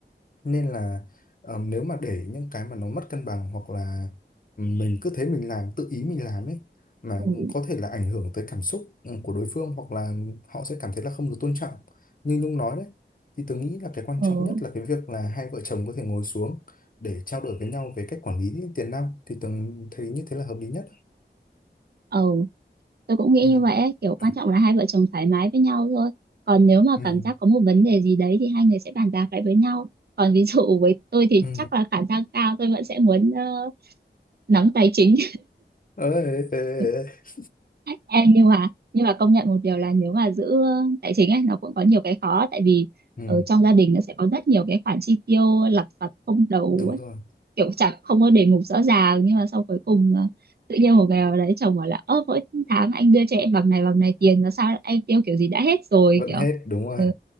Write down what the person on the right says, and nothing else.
ừ ừ
ừ.
Ừ. tôi cũng nghĩ
như vậy ấy. Kiểu quan
trọng là hai vợ chồng thoải mái với nhau thôi còn nếu mà
cảm giác có một vấn đề gì đấy thì hai người sẽ bàn bạc lại với nhau còn ví dụ với tôi thì
chắc là khả năng cao tôi vẫn sẽ muốn ờ, nắm tài chính
<laughs>
em nhưng mà nhưng mà công nhận một điều là nếu mà giữ ờ, tài chính ấy nó cũng có nhiều cái khó tại vì
ở trong gia đình nó sẽ có rất nhiều cái khoản chi tiêu lặt vặt không đầu
ấy
kiểu chẳng không có đề mục rõ ràng nhưng mà sau cuối cùng ờ, tự nhiên một ngày nào đấy chồng bảo là ơ mỗi tháng anh đưa cho em bằng này bằng này tiền là sao em tiêu kiểu gì đã hết rồi
kiểu
ừ,